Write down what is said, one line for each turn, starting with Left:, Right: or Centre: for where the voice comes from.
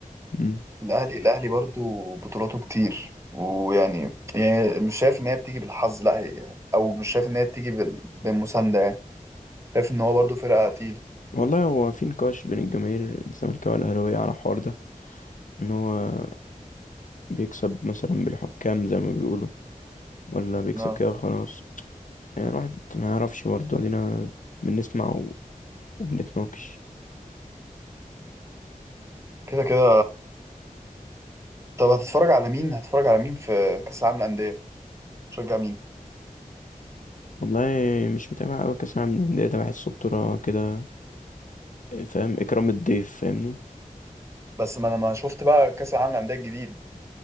Left: مم.
Right: الاهلي الاهلي برضو بطولاته كتير ويعني يعني مش شايف ان هي بتيجي بالحظ لا هي او مش شايف ان هي بتيجي بال- بالمسانده يعني شايف ان هو برضو فرقه تقيله
Left: والله هو في نقاش بين الجماهير الزمالكاوية والأهلاوية على الحوار ده ان هو بيكسب مثلا بالحكام زي ما بيقولوا ولا بيكسب
Right: نعم
Left: كده خلاص يعني الواحد ما يعرفش برضه ادينا بنسمع و- وبنتناقش
Right: كده كده طب هتتفرج على مين هتتفرج على مين في كاس العالم للانديه شجع مين
Left: والله مش متابع قوي كاس العالم للانديه ده بحسه بطوله كده فاهم اكرام الضيف فاهمني
Right: بس ما انا ما شفت بقى كاس العالم للانديه الجديد